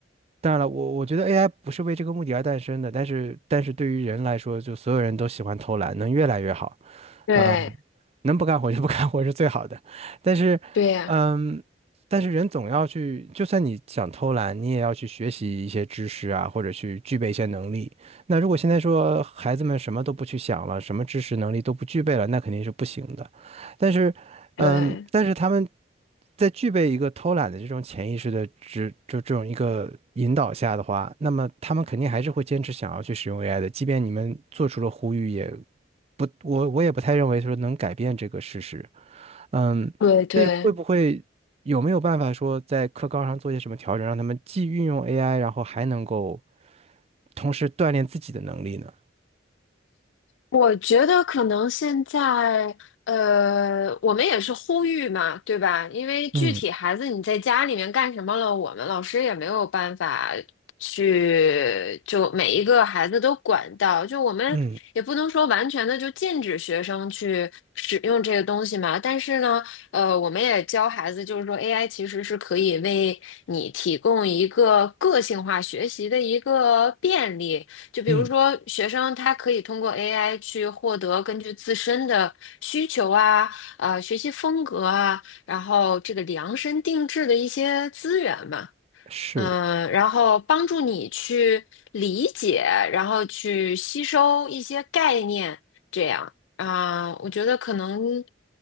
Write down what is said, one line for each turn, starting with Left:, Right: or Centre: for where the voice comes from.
Right: 当然了，我我觉得 AI 不是为这个目的而诞生的，但是但是对于人来说，就所有人都喜欢偷懒，能越来越好。
Left: 对，
Right: 嗯，能不干活就不干活是最好的。但是，
Left: 对呀，
Right: 嗯，但是人总要去，就算你想偷懒，你也要去学习一些知识啊，或者去具备一些能力。那如果现在说孩子们什么都不去想了，什么知识能力都不具备了，那肯定是不行的。但是，
Left: 对，
Right: 嗯，但是他们在具备一个偷懒的这种潜意识的这就这种一个引导下的话，那么他们肯定还是会坚持想要去使用 AI 的，即便你们做出了呼吁也，我我也不太认为说能改变这个事实。嗯，
Left: 对对。
Right: 所以会不会有没有办法说在课纲上做些什么调整，让他们既运用 AI，然后还能够同时锻炼自己的能力呢？
Left: 我觉得可能现在，呃，我们也是呼吁嘛，对吧？因为具体孩子你在家里面干什么了，
Right: 嗯
Left: 我们老师也没有办法去就每一个孩子都管到，就我们也不能说完全的就禁止学生去使用这个东西嘛。
Right: 嗯
Left: 但是呢，呃，我们也教孩子，就是说 AI 其实是可以为你提供一个个性化学习的一个便利。就比如说，
Right: 嗯，
Left: 学生他可以通过 AI 去获得根据自身的需求啊、呃学习风格啊，然后这个量身定制的一些资源嘛，
Right: 是，
Left: 嗯、然后帮助你去理解，然后去吸收一些概念，这样啊、我觉得可能